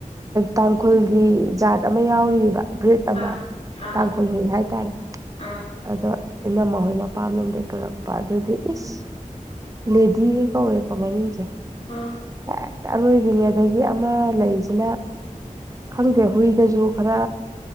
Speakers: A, on the right (about 25°); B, on the left (about 50°).
A: ꯇꯥꯡꯈꯨꯜꯒꯤ ꯖꯥꯠ ꯑꯃ ꯌꯥꯎꯕ ꯕ꯭ꯔꯤꯠ ꯑꯃ
B: ꯑꯥ ꯑꯥ
A: ꯇꯥꯡꯈꯨꯜ ꯍꯨꯜ ꯍꯥꯏꯇꯥꯔꯦ
B: ꯑꯥ
A: ꯑꯗꯣ ꯑꯩꯅ ꯃꯈꯣꯏ ꯃꯄꯥꯝ ꯂꯝꯣꯝꯗꯩ ꯄꯨꯔꯛꯄ ꯄꯥ ꯑꯗꯨꯗꯤ
B: ꯎꯝ
A: ꯏꯁ ꯂꯦꯗꯤꯒ ꯀꯧꯋꯦꯀꯣ ꯃꯃꯤꯡꯁꯦ
B: ꯑꯥ
A: ꯍꯦꯛꯇ ꯑꯔꯣꯏꯕꯤꯅꯤ ꯑꯗꯒꯤ ꯑꯃ ꯂꯩꯔꯤꯁꯤꯅ ꯈꯪꯗꯦ ꯍꯨꯏꯗꯁꯨ ꯈꯔ